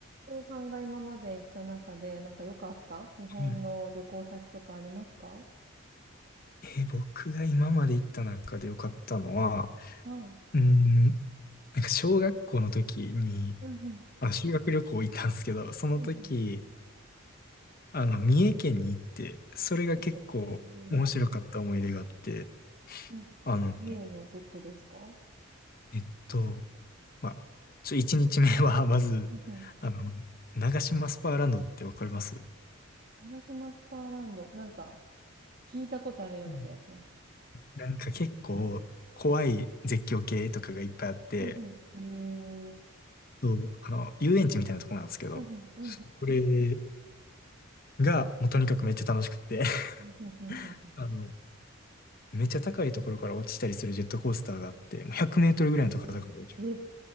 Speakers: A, on the right; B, on the left.
A: 瀬尾さんが今まで行った中で、なんか良かった日本の旅行先とかありますか
B: うんえー僕が今まで行った中で良かったのは、
A: はい。
B: うーん、なんか小学校の時に、
A: うんうん。
B: あ、修学旅行行ったんですけど、その時、
A: うんうんうん。
B: あの、三重県に行って、それが結構面白かった思い出があって、
A: 三重県。うん。うん。
B: あの、
A: 三重のどこですかう
B: えっと、まあ、ちょ、一日目は <laughs> まず、
A: んうん。
B: あの、長島スパーランドってわかりますう
A: 長島スパーランド。なんか、聞いたことあるような気がします。
B: んなんか結構怖い絶叫系とかがいっぱいあって、
A: うんうん。へえ。
B: そうあの、遊園地みたいなとこなんですけど、
A: うんうんうんうん。
B: それが、もうとにかくめっちゃ楽しくって <laughs>
A: うんうんうんう
B: あの、めっちゃ高いところから落ちたりするジェットコースターがあって、もう100メートルぐらいの高さから落ちる。
A: んへえ。え、